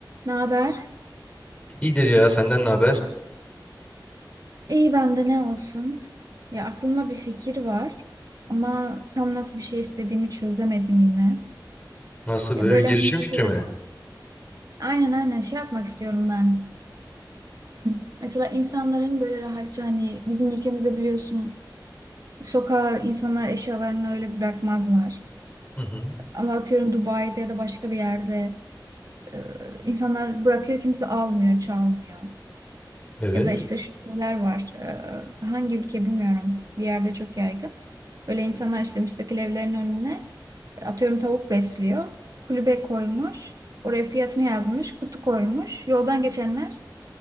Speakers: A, on the right; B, on the left.
A: Ne haber?
B: İyidir ya senden ne haber?
A: İyi bende ne olsun? Ya aklımda bir fikir var ama tam nasıl bir şey istediğimi çözemedim yine.
B: Nasıl
A: Ya
B: böyle
A: böyle
B: bir girişim
A: hani şey,
B: fikri mi?
A: aynen aynen şey yapmak istiyorum ben. <clears throat> Mesela insanların böyle rahatça hani bizim ülkemizde biliyorsun sokağa insanlar eşyalarını öyle bırakmazlar.
B: Hı hı.
A: Ama atıyorum Dubai'de ya da başka bir yerde e, insanlar bırakıyor kimse almıyor, çalmıyor.
B: Evet.
A: Ya da işte şu şeyler var. Ee, hangi ülke bilmiyorum. Bir yerde çok yaygın. Böyle insanlar işte müstakil evlerin önüne atıyorum tavuk besliyor. Kulübe koymuş. Oraya fiyatını yazmış. Kutu koymuş. Yoldan geçenler